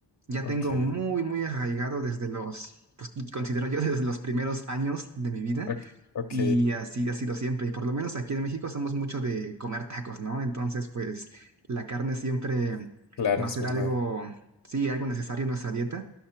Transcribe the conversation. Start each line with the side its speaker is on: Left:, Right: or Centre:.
Right: ya
Left: Ok.
Right: tengo muy, muy arraigado desde los, pues considero yo <laughs> desde los primeros años de mi vida.
Left: Ok. ok,
Right: Y así ha sido siempre. Y por lo menos aquí en México somos mucho de comer tacos, ¿no? Entonces, pues la carne siempre
Left: Claro,
Right: va
Left: es
Right: a ser
Left: verdad.
Right: algo, sí, algo necesario en nuestra dieta.